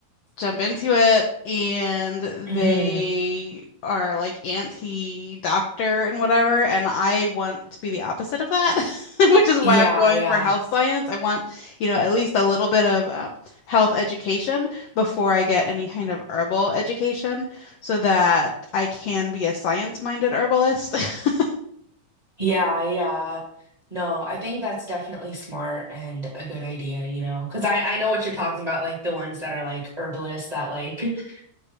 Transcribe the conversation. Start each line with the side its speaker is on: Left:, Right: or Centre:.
Left: jump into it and they
Right: hmm
Left: are like anti-doctor and whatever and I want to be the opposite of that <laughs> which is why
Right: Yeah,
Left: I'm going
Right: yeah.
Left: for health science I want you know at least a little bit of uh, health education before I get any kind of herbal education so that I can be a science-minded herbalist <laughs>
Right: Yeah, yeah. No, I think that's definitely smart and a good idea, you know, because I I know what you're talking about, like the ones that are like herbalists that like